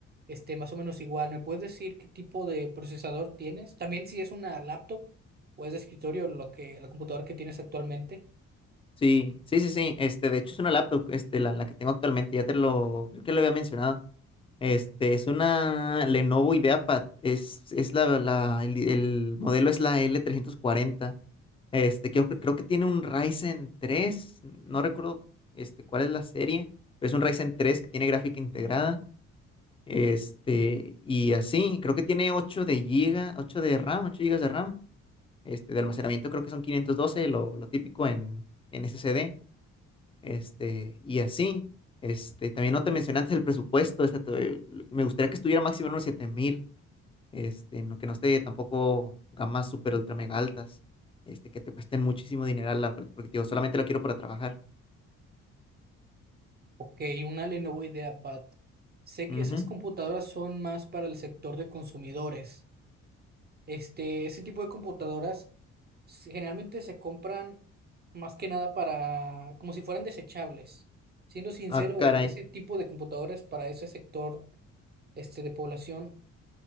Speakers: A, on the right (about 35°); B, on the left (about 20°).
A: este, más o menos igual. ¿Me puedes decir qué tipo de procesador tienes? También si es una laptop o es de escritorio, lo que, la computadora que tienes actualmente.
B: Sí, sí, sí, sí. Este, de hecho es una laptop, este, la, la que tengo actualmente, ya te lo, creo que lo había mencionado. Este, es una Lenovo IdeaPad, es, es la, la- el, el modelo es la l trescientos cuarenta. Este, creo, que- creo que tiene un Ryzen tres. no recuerdo, este, cuál es la serie, pero es un Ryzen tres que tiene gráfica integrada. Este, y así, creo que tiene 8 de giga, 8 de RAM, 8 gigas de RAM. Este, de almacenamiento creo que son 512, lo, lo típico en, en SSD este, y así. Este, también no te mencioné antes el presupuesto, este, te- me gustaría que estuviera máximo en unos siete mil, este, no, que no esté tampoco gamas super ultra mega altas, este, que te cuesten muchísimo dineral, la- porque te digo, solamente lo quiero para trabajar.
A: Ok, una Lenovo IdeaPad. Sé que
B: Ujú.
A: esas computadoras son más para el sector de consumidores. Este, ese tipo de computadoras se- generalmente se compran más que nada para, como si fueran desechables. Siendo sincero,
B: Ah, caray.
A: e- ese tipo de computadoras para ese sector este, de población,